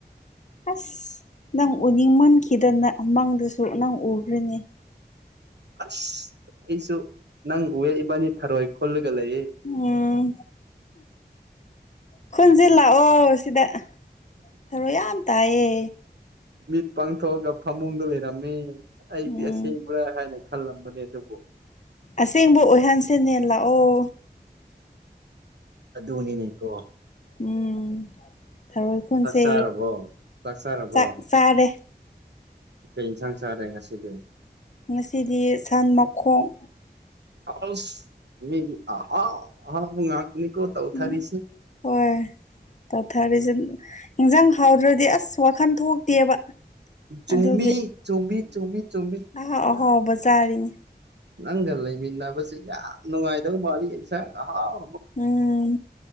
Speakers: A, on the left; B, on the right.
A: ꯑꯁ ꯅꯪ ꯎꯅꯤꯡꯃꯟꯈꯤꯗꯅ ꯃꯪꯗꯁꯨ ꯅꯪ ꯎꯈ꯭ꯔꯦꯅꯦ
B: ꯑꯁ ꯑꯩꯁꯨ ꯅꯪ ꯎꯌꯦ ꯏꯕꯥꯅꯤ ꯊꯔꯣꯏ ꯈꯨꯜꯂꯒ ꯂꯩꯌꯦ
A: ꯎꯝ ꯈꯨꯣꯟꯁꯦ ꯂꯥꯛꯑꯣ ꯁꯤꯗ ꯊꯔꯣꯏ ꯌꯥꯝ ꯇꯥꯏꯌꯦ
B: ꯃꯤꯠ ꯄꯥꯡꯊꯣꯛꯑꯒ ꯐꯃꯨꯡꯗ ꯂꯩꯔꯝꯃꯤ ꯑꯩꯗꯤ
A: ꯎꯝ
B: ꯑꯁꯦꯡꯕ꯭ꯔꯥ ꯍꯥꯏꯅ ꯈꯜꯂꯝꯕꯅꯦ ꯑꯗꯨꯕꯨ
A: ꯑꯁꯦꯡꯕ ꯑꯣꯏꯍꯟꯁꯤꯅꯦ ꯂꯥꯛꯑꯣ
B: ꯑꯗꯨꯅꯤꯅꯦ ꯀꯣ
A: ꯎꯝ ꯊꯔꯣꯏ ꯈꯨꯟꯁꯦ
B: ꯆꯥꯛ ꯆꯥꯔꯕꯣ ꯆꯥꯛ ꯆꯥꯔꯕꯣ
A: ꯆꯥꯛ ꯆꯥꯔꯦ
B: ꯀꯩ ꯏꯟꯁꯥꯡ ꯆꯥꯔꯦ ꯉꯁꯤꯗꯤ
A: ꯉꯁꯤꯗꯤ ꯁꯟ ꯃꯈꯣꯡ
B: ꯑꯁ ꯃꯤꯁꯤ ꯑꯍꯥꯎ ꯑꯍꯥꯎꯕ ꯉꯥꯛꯇꯅꯤꯀꯣ ꯇꯧꯊꯔꯤꯁꯤ
A: ꯎꯝ ꯍꯣꯏ ꯇꯧꯊꯔꯤꯁꯤ ꯏꯟꯖꯥꯡ ꯍꯥꯎꯗ꯭ꯔꯗꯤ ꯑꯁ ꯋꯥꯈꯟ ꯊꯣꯛꯇꯦꯕ
B: ꯆꯨꯝꯃꯤ
A: ꯑꯗꯨꯒꯤ
B: ꯆꯨꯝꯃꯤ ꯆꯨꯝꯃꯤ ꯆꯨꯝꯃꯤ
A: ꯑꯍꯥꯎ ꯑꯍꯥꯎꯕ ꯆꯥꯔꯤꯅꯤ
B: ꯅꯪꯒ ꯂꯩꯃꯤꯟꯅꯕꯁꯤ ꯌꯥꯝ ꯅꯨꯡꯉꯥꯏꯗꯧ ꯃꯥꯜꯂꯤ ꯑꯦꯟꯁꯥꯡ ꯑꯍꯥꯎ
A: ꯎꯝ